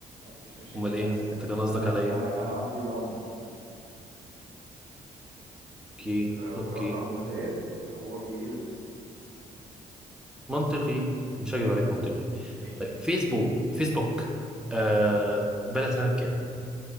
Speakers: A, on the right; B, in the centre.
A: مفيش مشاكل
B: امال ايه
A: بس
B: انت كان قصدك
A: أنا
B: على ايه
A: أنا كان قصدي العمر
B: اوكي
A: لو
B: اوكي
A: رقمه زاد هو بيقل
B: منطقي مش
A: مم.
B: هكذب عليك منطقي
A: ماشي
B: طيب فيسبوك فيسبوك
A: مم.
B: آه بدأ سنه كام